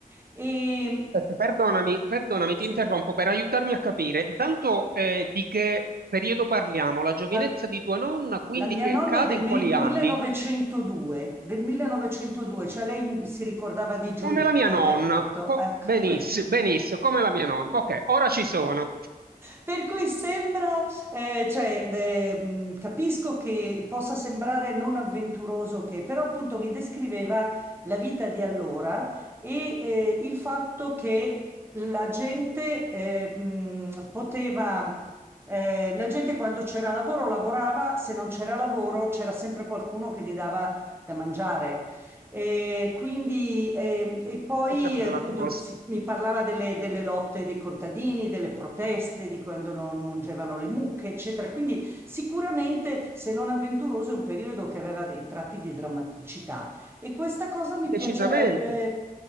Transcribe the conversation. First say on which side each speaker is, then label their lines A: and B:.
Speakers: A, on the right; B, on the right.
A: E
B: Aspetta, Perdonami, perdonami,
A: sì,
B: ti interrompo per aiutarmi a capire. Intanto, eh, di che periodo parliamo? La giovinezza
A: par-
B: di tua nonna, quindi
A: la mia
B: che
A: nonna
B: cade
A: è del
B: in
A: mil-
B: quali anni?
A: 1902, del 1902, cioè lei si ricordava di Giolitti,
B: Come la mia nonna.
A: capito?
B: Co-
A: Ecco,
B: benissimo,
A: <laughs> vedi?
B: benissimo, come la mia nonna. Ok, ora ci sono.
A: Per cui sembra, eh, cioè, de- mh, capisco che possa sembrare non avventuroso che, però appunto mi descriveva la vita di allora e eh, il fatto che la gente eh, mh, poteva, eh, la gente quando c'era lavoro lavorava, se non c'era lavoro c'era sempre qualcuno che gli dava da mangiare. E quindi, ehm, e poi
B: Oh, che bella
A: eh, appunto
B: cosa.
A: si- mi parlava delle, delle lotte dei contadini, delle proteste, di quando non mungevano le mucche, eccetera. Quindi sicuramente, se non avventuroso, è un periodo che aveva dei tratti di drammaticità. E questa cosa mi piacerebbe.
B: Decisamente